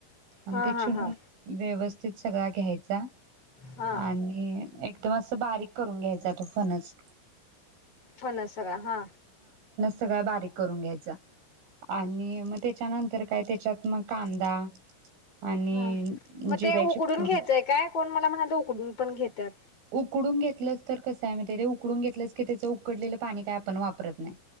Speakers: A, on the right; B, on the left.
A: आणि
B: हा
A: ते
B: हा
A: चिणून
B: हा
A: व्यवस्थित सगळा घ्यायच ता
B: हा
A: आणि एक तो असा बारीक करून घ्यायचा तो फणस
B: फणस सगळा हा
A: सगळं बारीक करून घ्यायच आणि मग त्याच्यानंतर काय त्याच्यात मग कांदा आणि
B: हा मग
A: जिऱ्याची
B: ते उकडून
A: फोडणी
B: घ्यायचंय काय कोण मला म्हणात उकडून पण घेतात.
A: उकडून घेतलंच तर कस आहे माहिती आहे काय उकडून घेतलस की त्याच उकडलेलं पाणी काय आपण वापरत नाही.